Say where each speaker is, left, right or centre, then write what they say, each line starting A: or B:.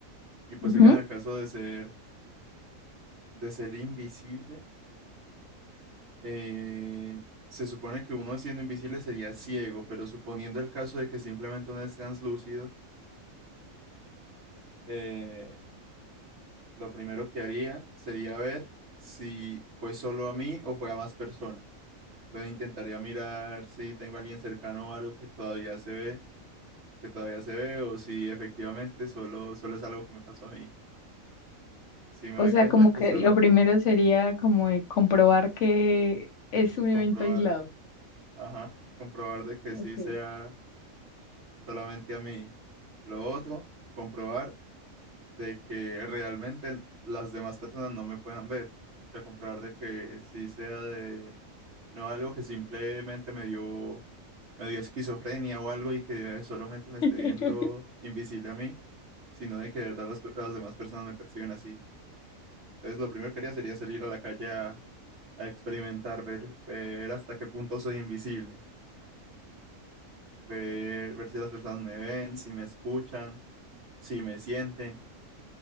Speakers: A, on the right; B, on the left.
A: Y pues
B: Ujú.
A: sé que en el caso de ser, de ser invisible, eh, se supone que uno siendo invisible sería ciego, pero suponiendo el caso de que simplemente uno es translúcido, eh, Lo primero que haría sería ver si fue solo a mí o fue a más personas. Entonces intentaría mirar si tengo a alguien cercano o algo que todavía se ve, que todavía se ve, o si efectivamente solo, solo es algo que me pasó a mí. Si me
B: O
A: doy
B: sea,
A: cuenta
B: como
A: que
B: que
A: solo
B: lo primero sería como de comprobar que es un evento
A: comprobar,
B: aislado.
A: ajá, comprobar de que
B: Ok.
A: sí sea solamente a mí. Lo otro, comprobar de que realmente las demás personas no me puedan ver. O sea, comprobar de que sí sea de, no algo que simplemente me dio, me dio esquizofrenia o algo y que solamente me esté
B: <laughs>
A: viendo invisible a mí, sino de que de verdad las, pe- las demás personas me perciben así. Entonces, lo primero que haría sería salir a la calle a, a experimentar, ver, ver hasta qué punto soy invisible, ver, ver si las personas me ven, si me escuchan, si me sienten.